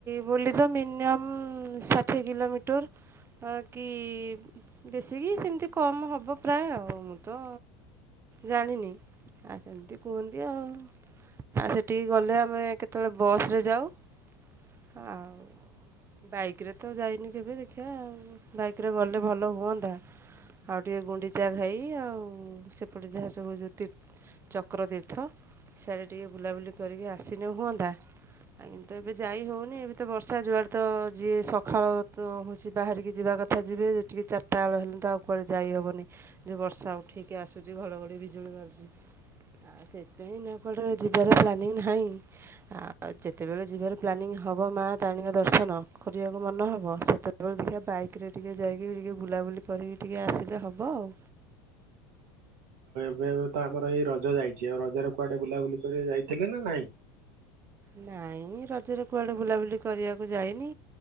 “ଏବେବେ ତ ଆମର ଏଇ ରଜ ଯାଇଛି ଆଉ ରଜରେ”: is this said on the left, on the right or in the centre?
Right